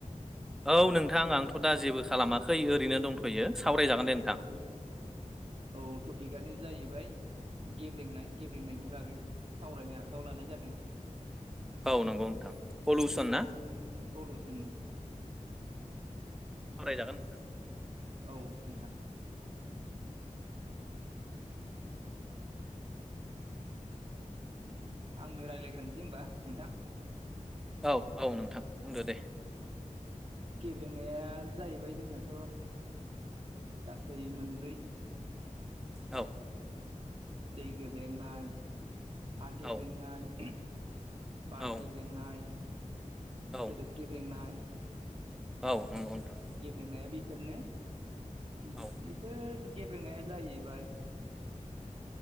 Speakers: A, in the centre; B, on the right (about 45°).
A: औ नोंथां आंथ' दा जेबो खालामाखै ओरैनो दंथ'यो सावरायजागोन दे नोंथां।
B: औ टपिकआनो जाहैबाय गेब्रेंनाय गेब्रेंनायनि बागै सावरायनो आखायाव लानाय जादों।
A: औ नोंगौ नोंथां पलिउसन ना?
B: पलिउसननि
A: सावरायजागोन।
B: औ नोंथां। आंनो रायलायग्रोनोसै होमबा नोंथां।
A: औ औ नोंथां बुंदो दे।
B: गेब्रेंनाया जाहैबाय जोंनाथ' गासै मोनब्रै
A: औ।
B: दै गोेब्रेंनाय, हा गेब्रेंनाय
A: औ
B: बार
A: औ
B: गेब्रेंनाय,
A: औ
B: सोदोब गेब्रेंनाय
A: औ नोंगौ नोंथां।
B: गेब्रेंनाया बेफोरनो। बेफोर
A: औ
B: गेब्रेंनाया जाहैबाय